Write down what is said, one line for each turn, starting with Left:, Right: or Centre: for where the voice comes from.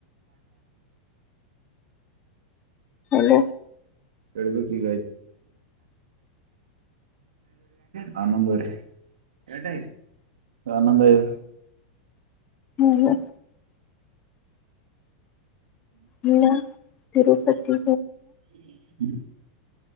Left: ಅಲ್ಲ
Right: ಕೊಡಬೇಕ ಹಾ ನೊಂದುವರೆ ಇಟಗದ ಹನೊಂದು ಐದ
Left: ಹಾ ಹೇಳ್. ಹೇಳ ತಿರುಪತಿ
Right: ಹ್ಮ